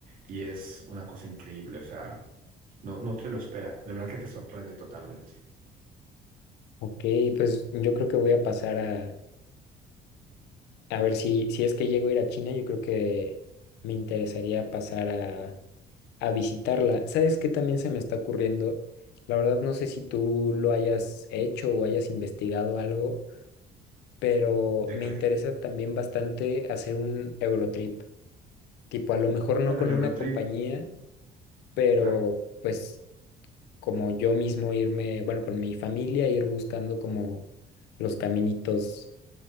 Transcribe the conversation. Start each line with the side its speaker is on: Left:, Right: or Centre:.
Right: y es una cosa increíble, o sea, no, no te lo esperas, de verdad que te sorprende totalmente.
Left: Ok, pues yo creo que voy a pasar a A ver, si, si es que llego a ir a China, yo creo que me interesaría pasar a, a visitarla. ¿Sabes qué también se me está ocurriendo? La verdad no sé si tú lo hayas hecho o hayas investigado algo, pero
Right: ¿De
Left: me
Right: qué?
Left: interesa también bastante hacer un Eurotrip. Tipo, a lo mejor no
Right: Bueno,
Left: con
Right: el Eurotrip,
Left: una compañía, pero
Right: claro,
Left: pues como yo mismo irme, bueno, con mi familia, ir buscando como los caminitos